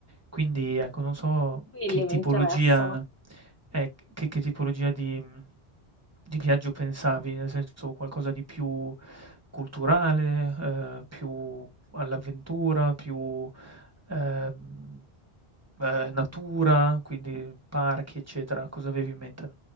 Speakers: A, on the right; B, on the left.
A: Quindi ecco, non so
B: Quelli
A: che tipologia
B: mi interessano.
A: ec che che tipologia di mhmm, di viaggio pensavi, nel senso qualcosa di più culturale, ehm, più all'avventura, più, ehm, ehm, natura, quindi parchi, eccetera. Cosa avevi in mente?